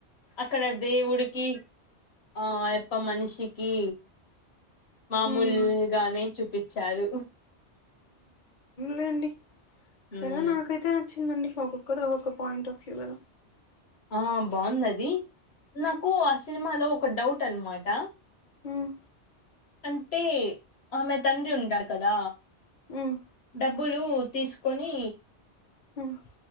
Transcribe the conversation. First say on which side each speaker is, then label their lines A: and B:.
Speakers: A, on the left; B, on the left.
A: అక్కడ దేవుడికి ఆ అయప్ప మనిషికి మామూలుగానే
B: మ్మ్
A: చూపిచ్చారు
B: లేండి
A: మ్మ్
B: సరే నాకైతే నచ్చిందండి ఒక్కొక్కరిది ఒక్కొక్క పాయింట్ ఆఫ్ వ్యూ కదా
A: ఆ బాగుందది నాకు ఆ సినిమాలో ఒక డౌట్ అనమాట
B: మ్మ్
A: అంటే ఆమె తండ్రి ఉంటారు కదా
B: మ్మ్
A: డబ్బులు తీసుకొని
B: మ్మ్